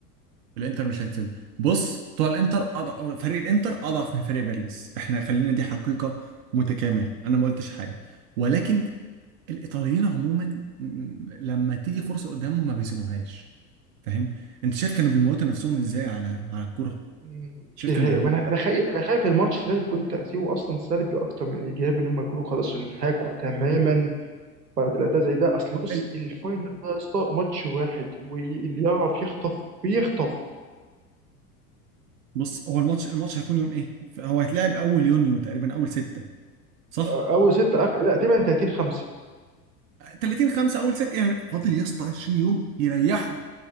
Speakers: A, on the right (about 55°); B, on the right (about 75°).
A: الانتر مش هتسيب بص بتوع الانتر أضع... فريق الانتر اضعف من فريق باريس احنا خلينا دي حقيقة متكاملة انا ما قلتش حاجة ولكن الايطاليين عموما م- لما تيجي فرصة قدامهم ما بيسيبوهاش فاهم انت شايف كانوا بيموتوا نفسهم ازاي على على الكرة
B: مم.
A: شايف
B: دي
A: كانوا
B: حقيقة
A: بيموتوا
B: ما انا انا خايف انا خايف الماتش ده يكون تأثيره اصلا سلبي اكتر من ايجابي ان هم يكونوا خلاص انحاكوا تماما بعد الاداء زي ده اصل بص
A: ال-
B: الفاينل ده يا اسطى ماتش واحد واللي يعرف يخطف بيخطف
A: بص هو الماتش الماتش هيكون يوم ايه هو هيتلعب اول يونيو تقريبا اول ستة صح
B: آه، اول ستة اخر لا تقريبا 30 5
A: 30 5 اول ستة يعني فاضل يا اسطى 20 يوم يريحوا